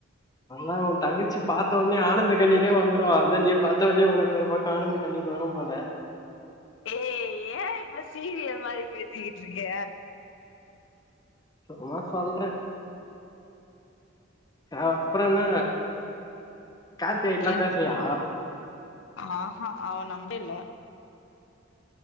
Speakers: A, on the left; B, on the left.
A: அல்லா ஓ தங்கச்சி பாத்தஒட்னே ஆனந்த கண்ணீரே வந்துரு அல்தா நீயு பாத்தவொன்னே ஒனக்கு ஒரு பக் க ஆனந்த கண்ணீர் வரூம் போல
B: ஏய் ஏ இப்ப சீரியல் மாரி பேசிக்கிட்ருக்க
A: சும்மா சொல்ற அ அப்றோ என்ன காத்திகா கிட்ல்லா
B: என்
A: பேசுரியா
B: ஆஹா அவ நம்பே இல்ல